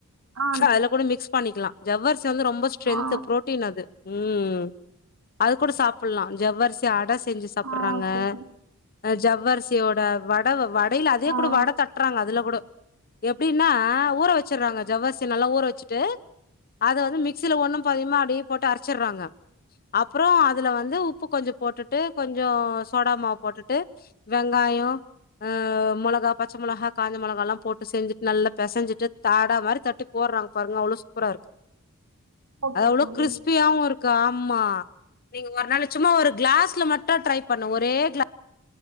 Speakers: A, on the right; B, on the left.
A: ஆ
B: அதுல கூட மிக்ஸ் பண்ணிக்லா ஜவ்வரிசி வந்து ரொம்ப ஸ்ட்ரென்த்து
A: ஆ
B: ப்ரோட்டீன் அது ம் அது கூட சாப்பல்லா ஜவ்வரிசி அட செஞ்சு சாப்பட்றாங்க
A: ஆ ஓகே தோழி
B: அ ஜவ்வரிசியோட வட வ கடைல அதே
A: ஆ
B: கூட வட தட்றாங்க அதுல கூட எ எப்டீனா ஊற வெச்சட்றாங்க ஜவ்வரிசி நல்லா ஊற வெச்சுட்டு அத வந்து மிக்சில ஒண்ணும் பாதிமா அப்டி போட்டு அரச்சட்றாங்க அப்றோ அதுல வந்து உ ப்பு கொஞ்சோ போட்டுட்டு கொஞ்சோ சோடா மாவ் போட்டுட்டு வெங்காயோ அ மொளகா பச்ச மொளகா காஞ்ச மொளகால்லா போட்டு செஞ்சுட்டு நல்லா பெசஞ்சிட்டு தாடா மாதிரி தட்டி போட்றாங்க பாருங்க அவ்ளோ சூப்பரா இருக்கு
A: ஓகே
B: அவ்ளோ
A: தோழி
B: க்றிஸ்ப்பியாவு இருக் கு ஆமா நீங்க ஒரு நாளு சும்மா ஒரு க்ளாஸ்ல மட்டு ட்ரை பண்ணு ஒரே க்ளா